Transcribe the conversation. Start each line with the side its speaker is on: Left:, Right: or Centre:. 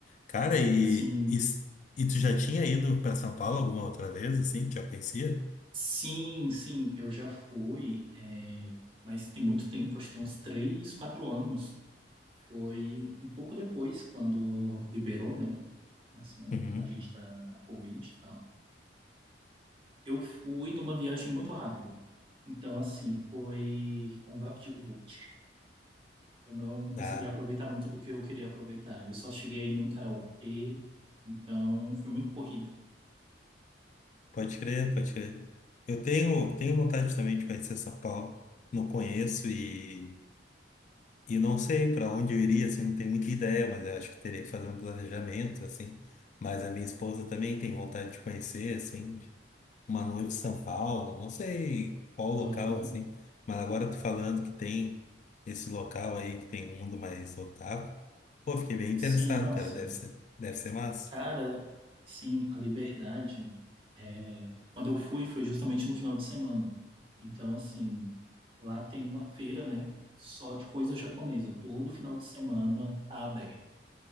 Left: Cara, e,
Right: Sim.
Left: e e tu já tinha ido pra São Paulo alguma outra vez assim? Tu Já conhecia?
Right: Sim, sim. Eu já fui, é, mas tem muito tempo, acho que tem uns três, quatro anos. Foi um pouco depois, quando liberou, né? Assim, um-
Left: Uhum.
Right: a gente tá na Covid e tal. Eu fui numa viagem muito rápida. Então, assim, foi um vapt-vupt. Eu não consegui
Left: Ah,
Right: aproveitar muito do que eu queria aproveitar. Eu só cheguei aí num karaokê, então foi muito corrido.
Left: pode crer, pode crer. Eu tenho tenho vontade também de conhecer São Paulo. Não conheço e E não sei para onde eu iria, assim, não tenho muita ideia, mas eu acho que teria que fazer um planejamento, assim. Mas a minha esposa também tem vontade de conhecer, assim, de- uma noiva de São Paulo, não sei qual local,
Right: Aham.
Left: assim. Mas agora tu falando que tem esse local aí, que tem um mundo mais otaku, pô, fiquei bem interessado,
Right: Sim, nossa.
Left: cara, deve ser, deve ser massa.
Right: Cara, sim, a liberdade. é, Quando eu fui, foi justamente no final de semana. Então, assim, lá tem uma feira, né? Só de coisa japonesa. Todo final de semana tá aberto.